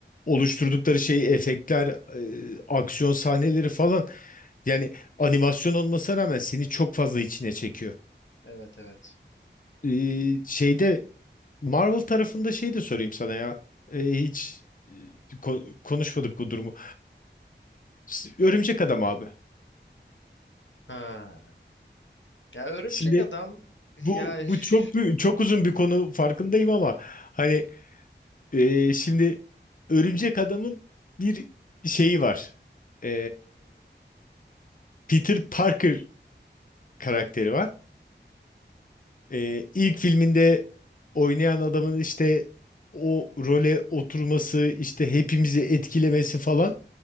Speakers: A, on the left (about 45°); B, on the left (about 80°).
A: oluşturdukları şey efektler, e, aksiyon sahneleri falan. Yani animasyon olmasına rağmen seni çok fazla içine çekiyor.
B: evet evet.
A: E, şeyde Marvel tarafında şey de sorayım sana ya. E, hiç e, ko- konuşmadık bu durumu. S- Örümcek Adam abi.
B: Ha, Ya örümcek
A: Şimdi
B: adam ya
A: Bu bu
B: ş-
A: çok büyük- çok uzun bir konu farkındayım ama hani e, şimdi Örümcek Adam'ın bir şeyi var. E, Peter Parker karakteri var. E, ilk
B: Ha.
A: filminde oynayan adamın işte o role oturması, işte hepimizi etkilemesi falan.